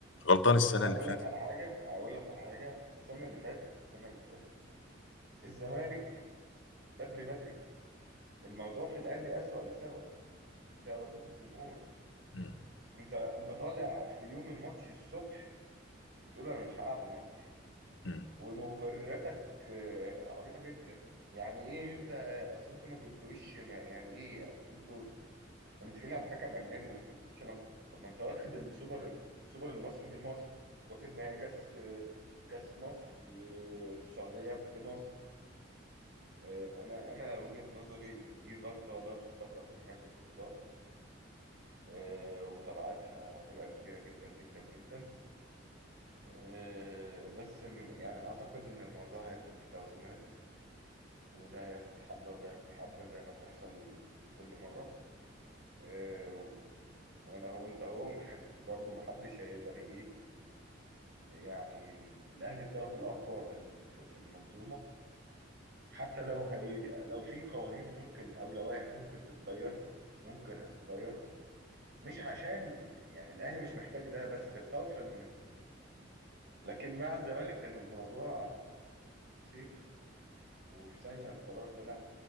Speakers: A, on the left (about 80°); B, on the right (about 60°).
A: غلطان السنه
B: بس هقول
A: اللي فاتت
B: لك على حاجه هقول لك على حاجه السنه اللي فاتت السنه اللي فاتت الزمالك بدري بدري الموضوع في الاهلي اسوأ لسبب انت وديت الجمهور
A: مم.
B: انت انت طالع في يوم الماتش الصبح بتقول انا مش هلعب الماتش
A: مم.
B: ومبرراتك آه، عبيطه جدا يعني ايه انت اصل انتوا ما جبتوليش ما- يعني ايه اصل انتوا ومتفقين على حكم اجنبي وما جبتش انا طب ما انت واخد السوبر السوبر المصري بالمصري واخد نهائي كاس كاس مصر في السعوديه بمصري آه، انا انا وجهه نظري ان دي غلطه لا تغتفر من مجلس الاداره آه، وتبعاتها هتبقى كبيره جدا جدا جدا آه، بس م- يعني اعتقد ان الموضوع هيدخل في توازنات وده هياخد حبه وده هياخد حبه زي ما بتحصل كل مره آه، و- وانا هو انت هو <laughs> برضه محدش هيقدر ايه يعني الاهلي الطرف الاقوى في ال- في في المنظومه حتى لو هي لو في قوانين ممكن او لوائح ممكن تتغير ممكن هتتغير مش عشان يعني الاهلي مش محتاج ده بس خوفا من الجماهير لكن مع الزمالك كان الموضوع سيف وفي ثانيه القرار طلع